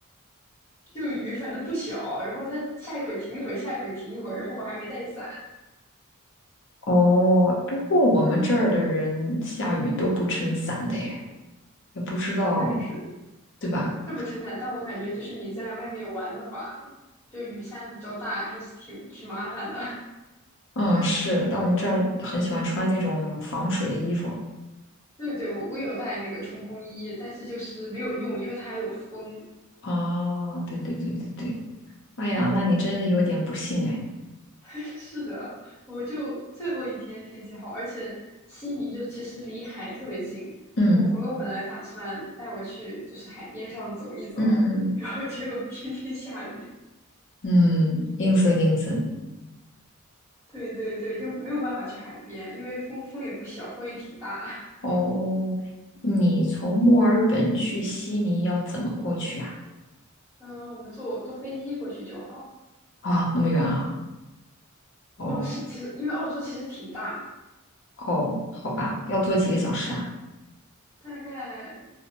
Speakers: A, in the centre; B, on the left.
A: 这个雨反正不小，然后它下一会儿停一会儿，下一会儿停一会儿，然后我还没带伞，
B: 哦，不过我们这儿的人下雨都不撑伞的耶，也不知道，
A: 确实是
B: 对吧？
A: 这不撑伞，但我感觉就是你在外面玩的话，就雨下的比较大，还是挺挺麻烦的。<laughs>
B: 嗯，是，但我们这儿很喜欢穿那种防水的衣服。
A: 对对，我我有带那个冲锋衣，但是就是没有用，因为它还有风。
B: 哦，对对对对对，哎呀，那你真的有点不幸哎。
A: <laughs> 是的，我就最后一天天气好，而且悉尼就其实离海特别近。
B: 嗯
A: 我朋友本来打算带我去就是海边上走一走，
B: 嗯，
A: 然后结果天天下雨。
B: 嗯，阴森阴森。
A: 对对对，就没有办法去海边，因为风风也不小，风也挺大。
B: 哦，你从墨尔本去悉尼要怎么过去啊？
A: 嗯，我们坐坐飞机过去就好。
B: 啊，那么远啊？哦
A: 嗯，是其实因为澳洲其实挺大，
B: 哦，好吧，要坐几个小时啊？
A: 大概